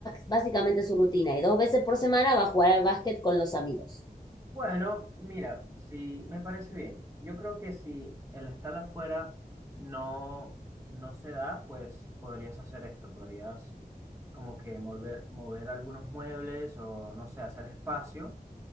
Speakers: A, on the left; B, on the right.
A: básicamente su rutina. Y dos veces por semana va a jugar al básquet con los amigos.
B: Bueno, mira, si me parece bien. Yo creo que si el estar afuera no, no se da, pues podrías hacer esto, podrías como que mover, mover algunos muebles o no sé, hacer espacio.